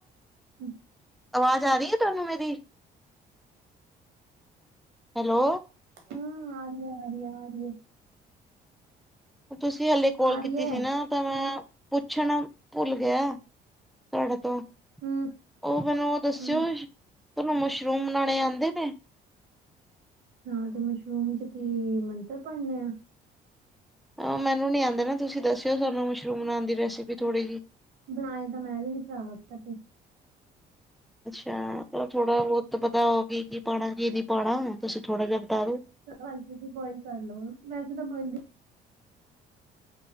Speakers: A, on the right; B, in the centre.
A: <inaudible>
B: ਆਵਾਜ਼ ਆ ਰੀ ਐ ਤੁਹਾਨੂੰ ਮੇਰੀ? ਹੈਲੋ।
A: ਹੂੰ, ਆ ਰੀ ਐ, ਆ ਰੀ ਐ, ਆ ਰੀ ਐ।
B: ਤੁਸੀਂ ਹਾਲੇ ਕੋਲ
A: ਆ ਰਹੀ
B: ਕੀਤੀ
A: ਹੈ ਆ
B: ਸੀ
A: ਰਹੀ ਹੈ
B: ਨਾ। ਤਾਂ ਮੈਂ ਪੁੱਛਣਾ ਭੁੱਲ ਗਿਆ ਤੁਹਾਡੇ ਤੋਂ।
A: ਹਮ
B: ਓ ਮੈਨੂੰ ਓ ਦੱਸਿਓ
A: ਹਮ
B: ਤੁਹਾਨੂੰ ਮਸ਼ਰੂਮ ਬਣਾਣੇ ਆਂਦੇ ਨੇ?
A: ਹਾਂ ਤੇ ਮਸ਼ਰੂਮ 'ਚ ਕੀ ਮੰਤਰ ਪੜਨੇ ਆ।
B: ਅ ਮੈਨੂੰ ਨੀ ਆਂਦੇ ਨਾ ਤੁਸੀਂ ਦੱਸਿਓ ਸਾਨੂੰ ਮਸ਼ਰੂਮ ਬਨਾਨ ਦੀ ਰੈਸੀਪੀ ਥੋੜ੍ਹੀ ਜੀ।
A: ਬਨਾਏ ਤਾਂ ਮੈਂ ਵੀ ਨੀ ਭਰਾਵਾ ਕਦੀ।
B: ਅੱਛਾ ਤਾਂ ਥੋੜਾ ਬੋਤ ਤਾਂ ਪਤਾ ਹੋਗੀ ਕੀ ਪਾਣਾ, ਕੀ ਨੀ ਪਾਣਾ, ਤੁਸੀਂ ਥੋੜਾ ਜਾ ਬਤਾ ਦੋ।
A: ਹਾਂਜੀ ਦੀ ਬੋਇਲ ਕਰ ਲਓ, ਵੈਸੇ ਤਾਂ ਬੋਇਲ ਦੀ